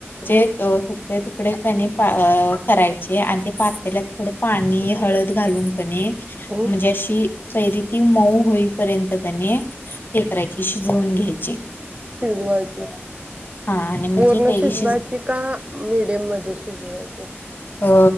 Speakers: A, on the left (about 45°); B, on the right (about 30°).
A: जे
B: हम्म
A: तुकडे तुकडे कणी प करायचे आणि ते पातलेल्यात थोडं पाणी हळद घालून कणी
B: हम्म
A: म्हणजे अशी कैरी ती मऊ होईपर्यंत कणी हे करायची शिजवून घ्यायची.
B: शिजवायची
A: हा आणि मग
B: पूर्ण
A: ती कैरी
B: शिजवायची
A: शिज
B: का मीडियममध्ये शिजवाय
A: अ